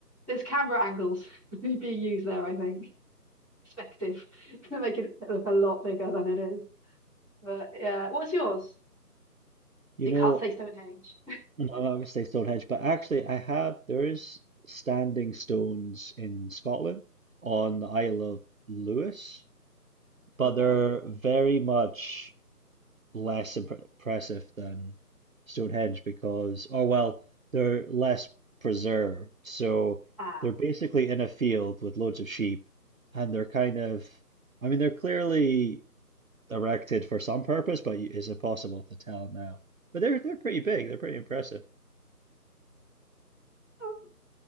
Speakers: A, in the centre; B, on the right.
A: there's camera angles <laughs> being used there, I think. Perspective, <laughs> making it look a lot bigger than it is. But yeah, what's yours?
B: You
A: You
B: know,
A: can't say Stonehenge.
B: and I'm not gonna say Stonehenge, but actually I have there is standing stones in Scotland on the Isle of Lewis, but
A: Okay.
B: they're very much less impre- impressive than Stonehenge because, or well, they're less preserved. So
A: Ah.
B: they're basically in a field with loads of sheep, and they're kind of, I mean, they're clearly erected for some purpose, but you- is it possible to tell now? But they're they're pretty big. They're pretty impressive.
A: Oh,